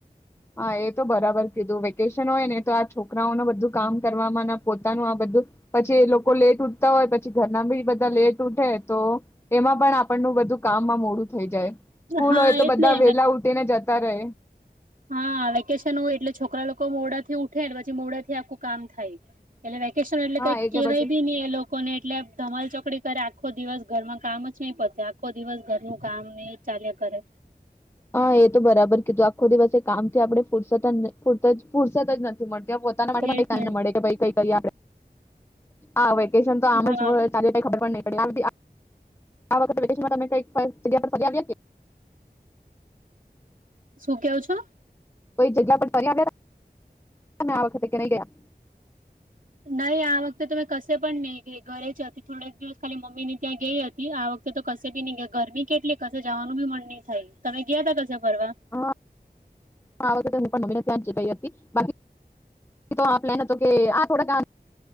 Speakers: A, on the left; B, on the right.
A: હા એ તો બરાબર કીધું વેકેશન હોય ને તો આ છોકરાઓનું બધું કામ કરવાવામાં પોતાનું આ બધું, પછી એ લોકો લેટ ઉઠતા હોય પછી ઘરના બી બધા લેટ ઉઠે તો, એમાં પણ આપણનું બધું કામમાં મોડું થઈ જાય. સ્કૂલ
B: હા
A: હોય તો
B: એજ
A: બધા
B: ને
A: વેલા ઉઠી ને જતા રહે.
B: હા વેકેશન હોય એટલે છોકરા લોકો મોડાથી ઉઠે પછી મોડાથી આખું કામ થાય, એટલે ક્યુએશન એટલે
A: હા
B: કઈ કેહેવાય
A: પછી
B: બી નહી એ લોકોને એટલે ધમાલ ચોકડી કરે આખો દિવસ ઘરમાં કામ જ નહી પતે આખો દિવસ ઘરનું કામ ને એ ચાલ્યા કરે
A: હા, એ તો બરાબર કીધું આખો દિવસે એક કામથી આપડે ફુરસત જ ન ફુરત જ ફુરસત જ નથી મળતી પોતાના માટે પણ
B: એજ
A: ટાઈમ
B: ને
A: ન મળે કે ભાઈ કઈ કરીઈ આપ આ હવે કેશન તો આમ
B: હા
A: જ વ ચાલી જાય ખબર જ નહીં <unintelligible> આપ આ વખતે વેકેશનમાં તમે કઈક કોઈક જગ્યા પર ફરી આવ્યા કે?
B: શું કેવ છો?
A: કોઈ જગ્યા પર ફરી આવ્યા <inaudible> આ વખતે કે નહી ગયા?
B: નહી આ વખતે તો મેં કશે પણ નહી ગઈ ઘરે જ હતી થોડક દિવસ ખાલી મમ્મીની ત્યાં ગઈ હતી આ વખતે તો કશે ભી નહિં ગયા ગરમી કેટલી કશે જવાનું ભી મન નહી થાય. તમે ગયા તા કશે ફરવા?
A: હા હું પણ આ વખતે મમ્મીને ત્યાં જ ગઈ હતી. ગઈ હતી બાકી તો આ પ્લેન હતો કે આ થોડાક આ